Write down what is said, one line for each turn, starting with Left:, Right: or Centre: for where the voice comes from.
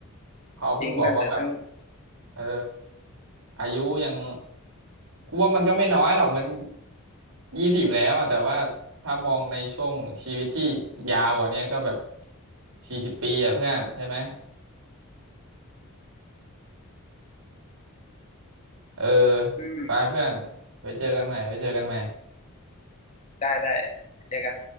Right: เขาเพิ่งบอกว่าแบบ
Left: จริงเพื่อนเดี๋ยวต้อง
Right: เอออายุยังกูว่ามันก็ไม่น้อยหรอกมันยี่สิบแล้วอ่ะแต่ว่าถ้ามองในช่วงชีวิตที่ยาวกว่าเนี้ยก็แบบสี่สิบปีอ่ะเพื่อนใช่ไหมเออ
Left: อืม
Right: ไปเพื่อนไปเจอกันใหม่ไปเจอกันใหม่
Left: ได้ได้เจอกัน